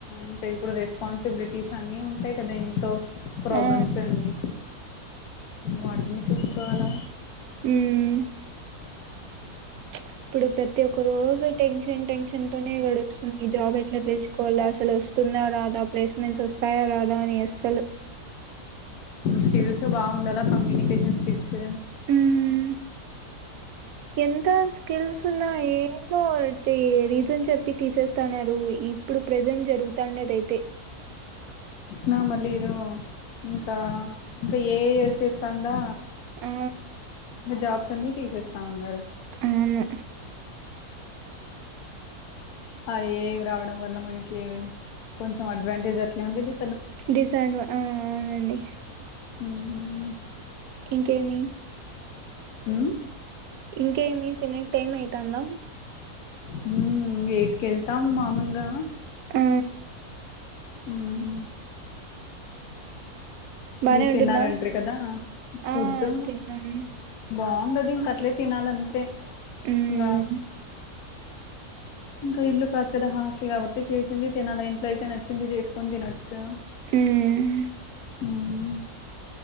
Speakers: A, on the left (about 75°); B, on the right (about 75°).
A: ఇంకా ఇప్పుడు రెస్పాన్సిబిలిటీ స్ అన్ని ఉంటాయి కదా ఇంట్లో ప్రాబ్లమ్స్
B: ఆ
A: అన్ని వాటిని చూసుకోవాలా
B: హ్మ్ ఇప్పుడు ప్రతి ఒక్క రోజు టెన్షన్ టెన్షన్ తోనే గడుస్తుంది జాబ్ ఎట్లా తెచ్చుకోవల్ల అసలు వస్తుందా రాదా ప్లేస్మెంట్స్ వస్తాయా రాదా అని అస్సలు
A: స్కిల్స్ బాగుండాల కమ్యూనికేషన్ స్కిల్స్ క
B: ఉమ్ ఎంత స్కిల్స్ ఉన్నా ఏందో ఒ తి రీజన్ చెప్ ప్పి తీసేస్తన్నారు ఇప్పుడు ప్రజెంట్ జరుగుతాండదయితే
A: నామా లేదో ఇంకా ఇంకా ఏ ఐ వచ్చేస్తాందా
B: ఆ
A: ఇంకా జాబ్స్ అన్ని తీసేస్తా ఉన్నారు
B: అవును
A: అ ఏ రావడం వల్ల మనకి కొంచెం అడ్వాంటేజ్ అట్లా ఉంది డి
B: డిసడ్వా ఆ అవునండి
A: హ్మ్
B: ఇంకేమి
A: హ్మ్
B: ఇంకేమి తినేకి టైం అయితాందా
A: హ్మ్ ఎయిట్ కెళ్తాము మామూలుగా
B: ఆ
A: హ్మ్
B: బానే
A: మీరు
B: ఉంటుందా
A: తిన్నారంట్రీ కదా ఫుడ్
B: ఆ తిన్నాను
A: బా ఉండదు ఇంకా అట్లే తినాలంతే
B: హ్మ్
A: ఇంగా ఇంకా ఇల్లు కాదు కదా హాస్ల్ కాబట్టి చేసింది తినాల ఇంట్లో అయితే నచ్చింది చేసుకొని తనొచ్ చ్చు
B: ఉమ్
A: హ్మ్